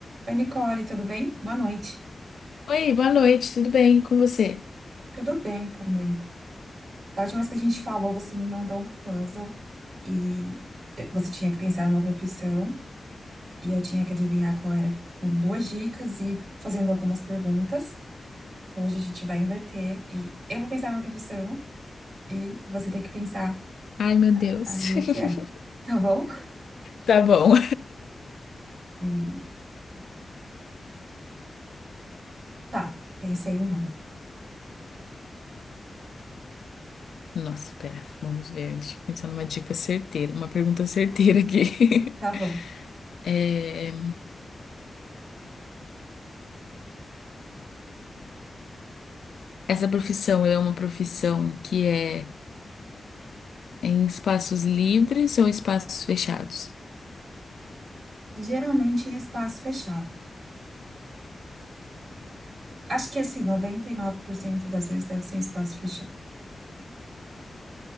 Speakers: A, on the right; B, on the left.
A: Oi, Nicole, tudo bem? Boa noite.
B: Oi, boa noite, tudo bem E com você?
A: Tudo bem também. Da última vez que a gente falou, você me mandou um puzzle e você tinha que pensar numa profissão e eu tinha que adivinhar qual era com duas dicas e fazendo algumas perguntas. Então hoje a gente vai inverter e eu vou pensar numa profissão e você tem que pensar
B: Ai, meu Deus.
A: aí
B: <laughs>
A: o que é, tá bom?
B: Tá bom.
A: Hum, Tá, pensei em uma.
B: Nossa, pera, vamos ver. Deixa eu pensar numa dica certeira, uma pergunta certeira aqui.
A: Tá
B: <laughs>
A: bom.
B: É, essa profissão é uma profissão que é em espaços livres ou espaços fechados?
A: Geralmente em espaço fechado. Acho que assim, 99% das vezes deve ser em espaço fechado.